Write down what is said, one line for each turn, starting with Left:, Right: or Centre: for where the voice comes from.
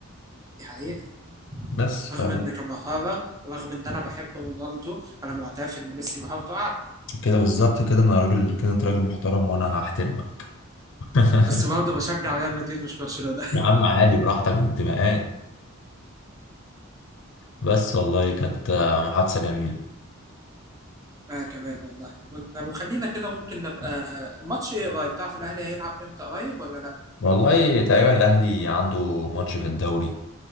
Right: دي حقيقة
Left: بس ف
Right: رغم إن كمهارة رغم إن أنا بحب رونالدو أنا معترف إن ميسي مهارته أعلى
Left: كده بالظبط كده أنا راجل كده أنت راجل محترم وأنا هحترمك <laughs>
Right: بس برضه بشجع ريال مدريد مش برشلونة
Left: يا عم عالي براحتك انتماءات بس والله كانت محادثة جميلة
Right: <laughs> آه كمان والله طب وخلينا كده ممكن نبقى ماتش إيه قريب تعرف الأهلي هيلعب إمتى قريب ولا لأ؟
Left: والله تقريبا الأهلي عنده ماتش في الدوري